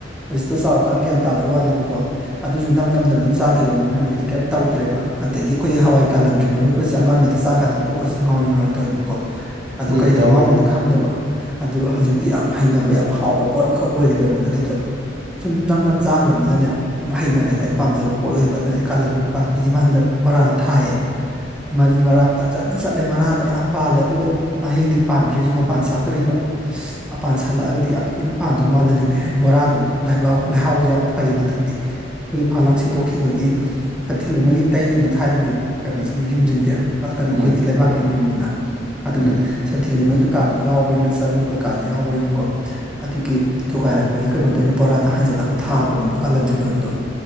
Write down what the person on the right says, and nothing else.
<inaudible>
ꯇꯧꯕꯅꯦ
ꯎꯝ
ꯎꯝ